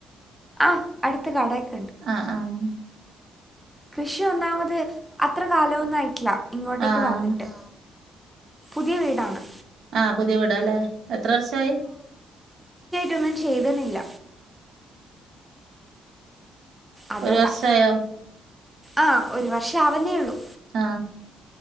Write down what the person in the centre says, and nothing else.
ആ അടുത്ത കടക്ക്
കൃഷി ഒന്നാമത് അത്ര കാലമൊന്നും ആയിട്ടില്ല ഇങ്ങോട്ടേക്ക്
വന്നിട്ട് പുതിയ വീടാണ്
ഒന്നും ചെയ്തുന്നില്ല അതുകൊണ്ടാ
ആ ഒരു വർഷം ആവുന്നേ ഉള്ളൂ